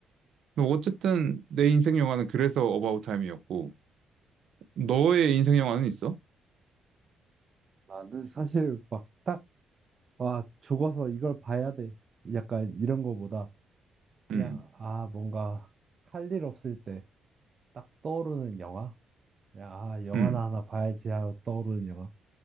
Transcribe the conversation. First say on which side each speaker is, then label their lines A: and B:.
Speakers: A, on the right; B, on the right.
A: 뭐 어쨌든 내 인생 영화는 그래서 어바웃 타임이었고 너의 인생 영화는 있어?
B: 나는 사실 막 딱, 와, 죽어서 이걸 봐야 돼. 약간 이런 거보다 그냥,
A: 음.
B: 아, 뭔가 할 일 없을 때 딱 떠오르는 영화? 그냥, 아, 영화나
A: 음.
B: 하나 봐야지 하고 떠오르는 영화?